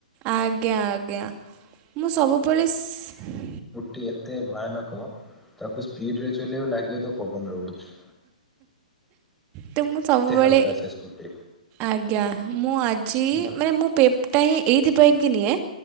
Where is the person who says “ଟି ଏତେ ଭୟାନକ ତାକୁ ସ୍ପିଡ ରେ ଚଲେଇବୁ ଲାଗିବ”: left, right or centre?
Centre